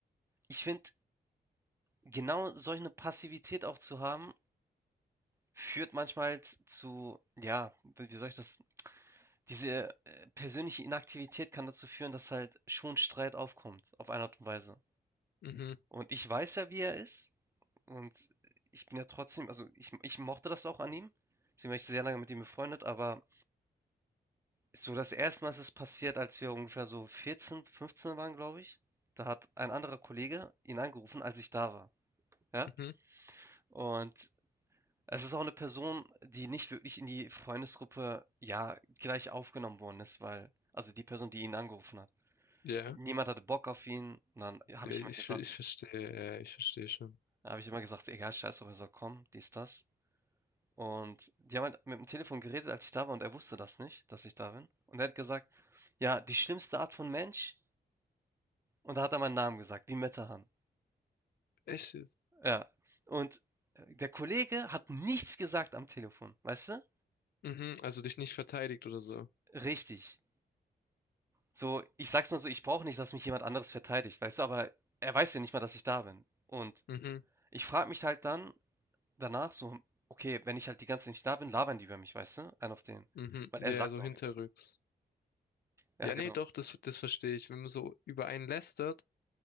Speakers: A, on the right (about 15°); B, on the left (about 70°).
A: ich finde, genau solch eine Passivität auch zu haben führt manchmal z- zu, ja, wie wie soll ich das? Diese äh, persönliche Inaktivität kann dazu führen, dass halt schon Streit aufkommt, auf eine Art und Weise.
B: mhm,
A: Und ich weiß ja, wie er ist. Und ich bin ja trotzdem, also ich, ich mochte das auch an ihm. Sie war ich sehr lange mit ihm befreundet, aber so das erste Mal ist es passiert, als wir ungefähr so 14, 15 waren, glaube ich. Da hat ein anderer Kollege ihn angerufen, als ich da war. Ja?
B: mhm.
A: Und Es ist auch eine Person, die nicht wirklich in die Freundesgruppe, ja, gleich aufgenommen worden ist, weil also die Person, die ihn angerufen hat.
B: Ja,
A: Niemand hatte Bock auf ihn und dann habe
B: ja,
A: ich
B: ich,
A: immer gesagt
B: ver- ich verstehe, ja, ja, ich verstehe schon.
A: habe ich immer gesagt: „Egal, scheiß drauf, er soll kommen“, dies, das. Und die haben halt mit dem Telefon geredet, als ich da war und er wusste das nicht, dass ich da bin. Und er hat gesagt: „Ja, die schlimmste Art von Mensch“ und da hat er meinen Namen gesagt, wie Metehan.
B: Echt jetzt?
A: Ja. Und, äh, der Kollege hat nichts gesagt am Telefon, weißt du?
B: Mhm, also dich nicht verteidigt oder so.
A: Richtig. So, ich sag's mal so, ich brauche nicht, dass mich jemand anderes verteidigt, weißt du, aber er weiß ja nicht mal, dass ich da bin. Und
B: Mhm,
A: ich frage mich halt dann danach so, okay, wenn ich halt die ganze Zeit nicht da bin, labern die über mich, weißt du? Einen auf den.
B: mhm.
A: Weil
B: Ja,
A: er sagt
B: so
A: auch
B: hinterrücks.
A: nichts. Ja,
B: Ja,
A: genau.
B: nee, doch, das, das verstehe ich. Wenn man so über einen lästert,